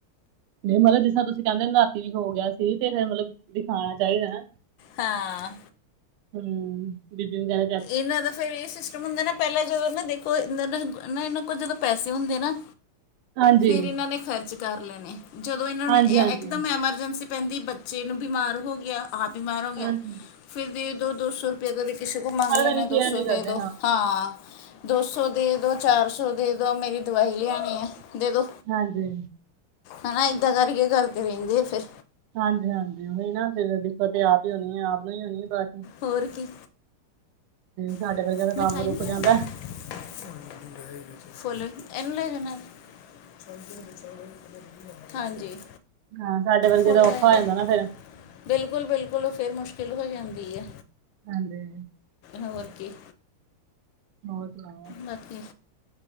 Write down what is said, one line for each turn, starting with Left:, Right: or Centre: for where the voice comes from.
Right: ਨਈ ਮਤਲਬ ਜਿਸਰਾ ਤੁਸੀਂ ਕੇਂਦੇ ਨਾ ਰਾਤੀ ਵੀ ਹੋ ਗਿਆ ਸੀ ਤੇ ਫੇਰ ਮਤਲਬ ਦਿਖਾਣਾ ਚਾਈਦੈ ਨਾ।
Left: ਹਾਂ।
Right: ਹੁੰ, ਬੀ ਪੀ ਵਗੈਰਾ
Left: ਏਨਾਂ ਦਾ ਫੇਰ ਏ ਸਿਸਟਮ ਹੁੰਦੈ ਨਾ ਪੈਲਾਂ ਜਦੋਂ ਨਾ ਦੇਖੋ ਇੰਦਾ ਨਾ ਨਾ ਏਨਾਂ ਕੋਲ ਜਦੋਂ ਪੈਸੇ ਹੁੰਦੇ ਨਾ
Right: ਹਾਂਜੀ
Left: ਫਿਰ ਇਨਾਂ ਨੇ ਖਰਚ ਕਾਰ ਲੈਣੇ। ਜਦੋਂ ਏਨਾਂ
Right: ਹਾਂਜੀ
Left: ਨੇ ਏਕ
Right: ਹਾਂਜੀ
Left: ਏਕਦਮ ਐਮਰਜੈਂਸੀ ਪੈਂਦੀ ਬੱਚੇ ਨੂੰ ਬਿਮਾਰ ਹੋ ਗਿਆ, ਆਪ ਬਿਮਾਰ ਹੋ ਗਿਆ,
Right: ਹਾਂਜੀ
Left: ਫੇਰ ਦੇਦੋ ਦੋ-ਸੌ ਰੁਪਇਆ ਕਦੇ ਕਿਸੇ ਕੂ ਮੰਗ
Right: ਮਤਲਬ
Left: ਲੈਣੇ
Right: ਇਹਨੂੰ
Left: ਆ
Right: ਕੇਅਰ
Left: ਦੋ-ਸੌ
Right: ਨਹੀਂ ਕਰਦੇ
Left: ਦੇਦੋ, ਹਾਂ। ਦੋ ਸੌ ਦੇਦੋ, ਚਾਰ ਸੌ ਦੇਦੋ ਮੇਰੀ ਦਵਾਈ ਲਿਆਣੀ ਐ, ਦੇਦੋ।
Right: ਹਾਂਜੀ
Left: ਹਨਾ ਏਦਾਂ ਕਰਕੇ ਕਰਦੇ ਰੇੰਦੇ ਐ ਫੇਰ।
Right: ਹਾਂਜੀ-ਹਾਂਜੀ ਔਈ ਨਾ ਫੇਰ ਦਿਕਤ ਤੇ ਆਪ ਈ ਹੋਣੀ ਏ ਆਪ ਨੂੰ ਈ ਹੋਣੀ ਹੈ ਬਾਚੋ
Left: ਹੋਰ ਕੀ।
Right: ਸਾਡੇ
Left: <unintelligible>
Right: ਵਰਗੇ ਦਾ
Left: ਮਿਠਾਈ
Right: ਕੰਮ
Left: ਨੀ
Right: ਰੁਕ
Left: ਲਆਏ
Right: ਜਾਂਦਾ
Left: ਭੁਲ ਗੇਯਾ ਸੀਗਾਫੁਲ ਏਨੁੰ ਲੈਜੋ ਨਾਲ ਆਂਟੀ ਨੁੰ ਪੁਛੇ ਆ ਸੀ। <unintelligible> ਹਾਂਜੀ।
Right: ਹਾਂ ਸਾਡੇ ਵਰਗੇ
Left: ਫੁੱਲ
Right: ਦਾ
Left: ਲੈ
Right: ਔਖਾ
Left: ਆਇਓ।
Right: ਹੋ ਜਾਂਦਾਂ ਨਾ ਫੇਰ-
Left: ਬਿਲਕੁਲ- ਬਿਲਕੁਲ ਔ ਫੇਰ ਮੁਸ਼ਕਿਲ ਹੋ ਜਾਂਦੀ ਏ।
Right: ਹਾਂਜੀ।
Left: ਹੋਰ ਕੀ।
Right: ਹੋਰ ਸੁਨਾ ਔ <inaudible>
Left: ਨਾਕੀ।